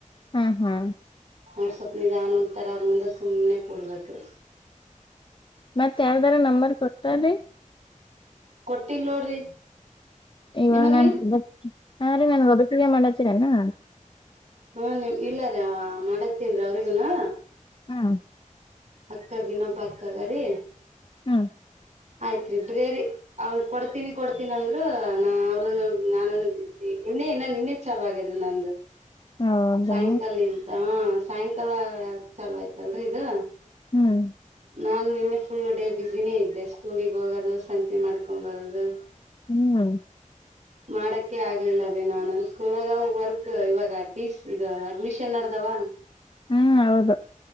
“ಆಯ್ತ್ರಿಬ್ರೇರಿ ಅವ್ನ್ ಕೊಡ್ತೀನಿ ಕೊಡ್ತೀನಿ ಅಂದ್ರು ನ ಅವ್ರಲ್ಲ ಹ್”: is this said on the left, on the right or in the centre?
Right